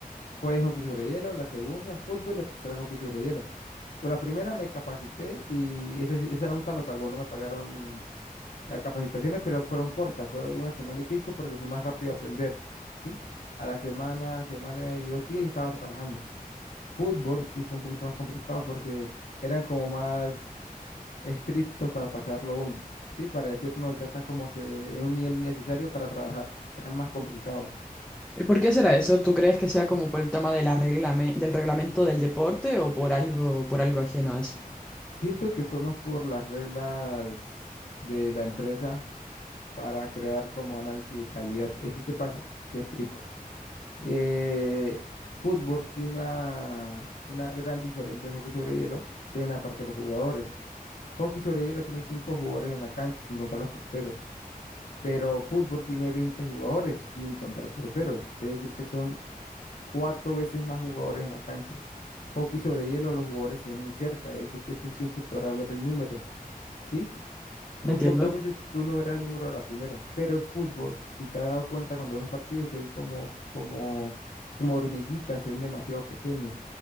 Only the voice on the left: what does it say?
fue hockey sobre hielo, la segunda fútbol, la tercera hockey sobre hielo. Con la primera me capacité y esa, sí- esa nunca me pagó, no me pagaron las capacitaciones, pero fueron cortas, fue una semana y pico porque fue más rápido aprender, ¿sí? A la semana, semana y dos días ya estaba trabajando. Fútbol sí fue un poquito más complicado porque eran como más estrictos para pasarlo uno, ¿sí? Para decirnos, ya está como que en un nivel necesario para trabajar. Era más complicado.
Y
siento que fue más por las reglas de la empresa para crear como análisis de calidad. Es que, ¿qué pasa? Te explico. Eh, fútbol tiene una, una gran diferencia de hockey sobre hielo, que es en la parte de los jugadores. Hockey sobre hielo tiene cinco jugadores en la cancha, sin contar los porteros. Pero fútbol tiene 20 jugadores sin contar porteros. Es decir, que son cuatro veces más jugadores en la cancha. Hockey sobre hielo, los jugadores se ven muy cerca, es decir, que tú siempre podrás ver el número, ¿sí? Muy
pocas veces tú no verás el número a la primera, pero en fútbol, si te has dado cuenta cuando es un partido, se ven como, como, como hormiguitas, se ven demasiado pequeños.